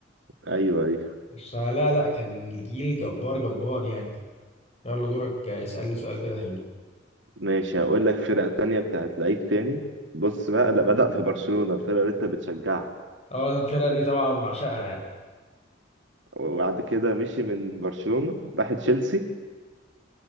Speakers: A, on the right; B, on the left.
A: ايوه ايوه
B: فلا لا كان جيل جبار جبار يعني يلا دورك آه، اسألني سؤال كده حلو
A: ماشي هقول لك فرق تانية بتاعت لعيب تاني بص بقى لا بدأ في برشلونة فرقة اللي انت بتشجعها
B: اه الفرقة دي طبعا بعشقها يعني
A: وبعد كده مشي من برشلونة راح تشيلسي